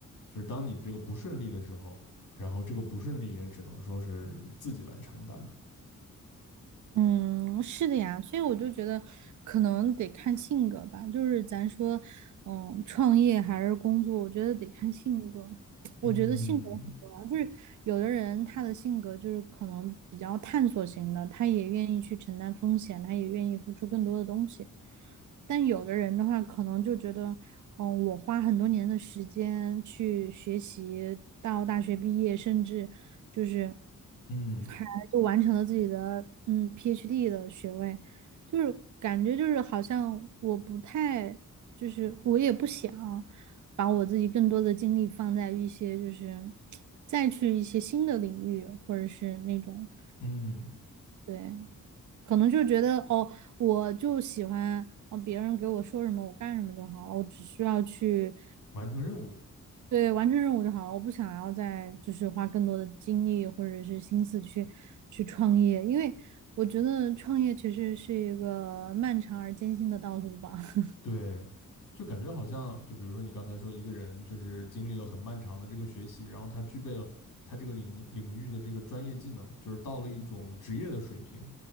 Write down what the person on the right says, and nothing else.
嗯，是的呀，所以我就觉得可能得看性格吧，就是咱说，嗯，创业还是工作，我觉得得看性格。
我觉得性格很重要，就是有的人他的性格就是可能比较探索型的，他也愿意去承担风险，他也愿意付出更多的东西。但有的人的话，可能就觉得，嗯，我花很多年的时间去学习，到大学毕业，甚至就是
还就完成了自己的嗯 PhD 的学位，就是感觉就是好像我不太，就是我也不想把我自己更多的精力放在一些就是再去一些新的领域，或者是那种
对。可能就觉得哦，我就喜欢哦，别人给我说什么我干什么就好了，我只需要去
对完成任务就好了，我不想要再就是花更多的精力或者是心思去去创业，因为我觉得创业其实是一个漫长而艰辛的道路吧。<laughs>